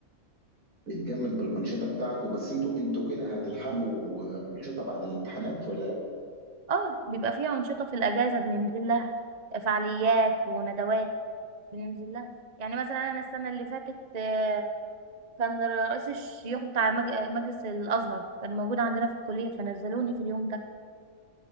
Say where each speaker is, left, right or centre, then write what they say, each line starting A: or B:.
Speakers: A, on the right; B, on the right.
A: بيتجمد بالأنشطة بتاعته بس انتوا انتوا كده هتلحقوا
B: مم.
A: أنشطة بعد الامتحانات ولا لا؟
B: اه بيبقى فيها انشطة في الاجازة بننزل لها فعاليات وندوات بننزل لها يعني مثلا انا السنه اللي فاتت آه، كان رئيس الشيوخ بتاع مج- مجلس الازهر كان موجود عندنا في الكليه فنزلوني في اليوم ده